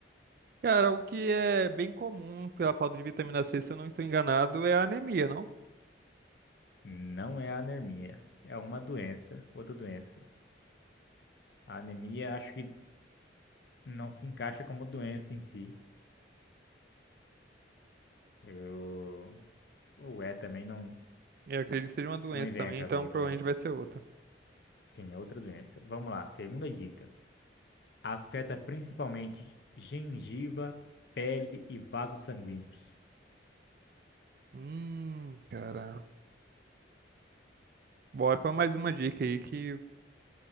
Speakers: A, on the right (about 50°); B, on the left (about 60°).
A: Cara, o que é bem comum pela falta de vitamina C, se eu não estou enganado, é a anemia, não?
B: Não é anemia, é uma doença, outra doença. A anemia acho que não se encaixa como doença em si. Eu ou é também não
A: Eu acredito que seja uma doença
B: não me vem
A: também,
B: à cabeça,
A: então provavelmente
B: é.
A: vai ser outra.
B: Sim, é outra doença. Vamos lá, segunda dica. Afeta principalmente gengiva, pele e vasos sanguíneos.
A: Hum, cara. Bora pra mais uma dica aí que.